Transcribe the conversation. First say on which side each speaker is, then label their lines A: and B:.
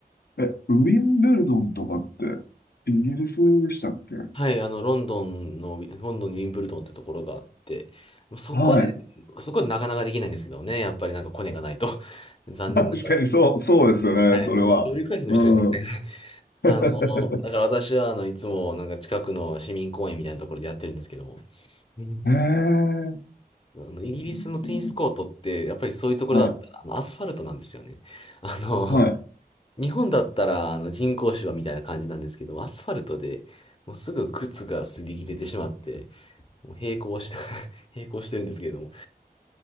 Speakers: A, on the left; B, on the left.
A: ええ、ウィンブルドンとかってイギリスでしたっけ
B: はい、あの、ロンドンの、<laughs> ロンドンのウィンブルドンってところがあって、そこで、
A: はい。
B: そこでなかなかできないんですけどね、やっぱりなんかコネがないと。<laughs> 残念ながら。
A: <laughs> 確かにそう、そうですよね、
B: はい、
A: それは。
B: もう上流階級の人じゃできない。
A: うん。
B: <laughs> あの、
A: <laughs>
B: だから私は、あの、いつもなんか近くの市民公園みたいなところでやってるんですけども、うん
A: ええ
B: あの、イギリスのテニスコートって、
A: いいですね。
B: やっぱりそういうところだったら、
A: は
B: あの、アスファルトなんですよね。<laughs> あの、
A: い、はい。
B: 日本だったら、あの、人工芝みたいな感じなんですけど、アスファルトで、もうすぐ靴が擦り切れてしまって、もう並行して <laughs> 並行してるんですけれども。